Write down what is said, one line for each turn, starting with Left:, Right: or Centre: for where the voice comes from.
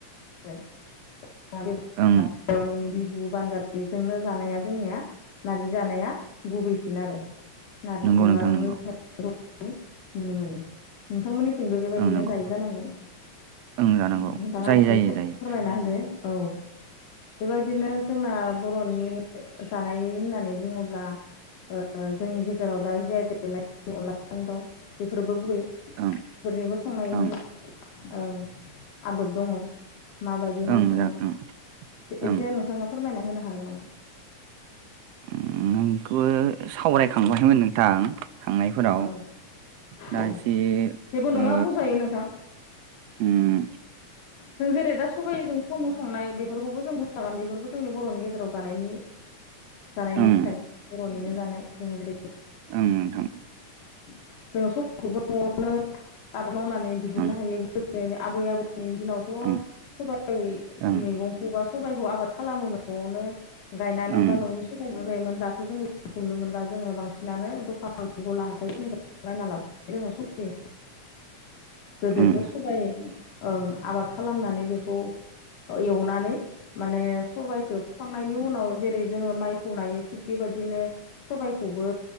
Left: जाय <unintelligible> बेदरानि
Right: ओं
Left: बिबु बान्दाजोंनो जानाया जोंनिया नारजि जानाया गुबैसिन आरो। ना
Right: नंगौ
Left: अमाजोंनो
Right: नोंथां नंगौ
Left: जो नुनो मोनो नोंथांमोननि थिंबो बेबायदिनो
Right: ओं नंगौ
Left: जायै जानांगौ नोंथाङा
Right: ओं जानांगौ जायो
Left: एसे
Right: जायो
Left: फोरमायना
Right: जायो
Left: होदो। औ। बेबायदिनो जोंना बर'नि जानाय होननानै बुङोब्ला ओ जोंनि गेजेराव दा जिइथेक मोन्नाय देरनाय अनलाजों दाउ बेफोरबो गुबै।
Right: ओं
Left: फोरनिबो संनायनि
Right: ओं
Left: ओ आदब दङ। माबायदिहाय
Right: ओं
Left: सङो
Right: जा ओं ओं
Left: एसे नोंथाङा फोरमायना होनो हागोन नामा?
Right: ओम नोंखौ सावराय खांबायमोन नोंथां थांनायफोराव
Left: औ
Right: दा
Left: औ
Right: एसे
Left: जेबो नङा
Right: ओ
Left: बुंजायो नोंथां
Right: ओम
Left: जों जेरै दा सबाइ जों साम' संनाय बेफोरखौबो जों बुंजागोन बेफोर जोंनि बर'नि गेजेराव जानायनि जानायनिलाय
Right: ओं
Left: बर'निनो जानाय जों जेरै
Right: ओम नोंथां।
Left: जोङो समखौबो न'आवनो आबाद मावनानै दिहुननो
Right: ओं
Left: हायो गोदोनि आबै आबौ नि दिनावथ'
Right: ओं
Left: सबाइ
Right: ओं
Left: मैगंखौ बा सबाइखौ आबाद खालामोमोन। न'आवनो गायनानै
Right: ओं
Left: बा न'नि सबाय जायोमोन दाथ' जों हनो मोन जोङो बांसिनानो द खान गला हााइफोरनिफ्राय बायना लाबो जों सबाय गोदोथ'
Right: ओं
Left: सबाय ओं आबाद खालामनानै बेखौ एवनानै माने सबाइखौ फुखांनायनि उनाव जेरै जोङो माइखौ नायो थिग बेबायदिनो सबबायखौबो